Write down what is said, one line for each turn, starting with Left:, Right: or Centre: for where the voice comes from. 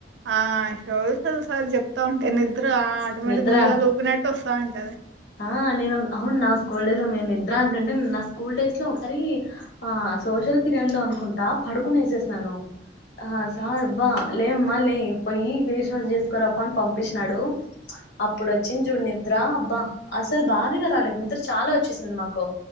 Right: ఆ సోషల్ సార్ చెప్తా ఉంటే నిద్ రా ఆటోమేటిక్
Left: నిద్ర
Right: ఉయ్యాల ఉపిన వస్తా ఉంటది
Left: ఆ నేను అవును నా స్కూల్ డేస్ నిద్ర అంటంటే నా స్కూల్ డేస్ లో ఒకసారి సోషల్ పీరియడ్ లో అనుకుంటా పడుకునే తీసేసినాను ఆ సార్ బా లేమ్మా లే పోయి ఫేస్ వాష్ చేసుకోరాపొ అని పంపిించినాడు అప్పుడు వచ్చింది చూడు నిద్ర అబ్బా అసలు భారిగా రాలేదు నిద్ర చాలా వచ్చేసింది మాకు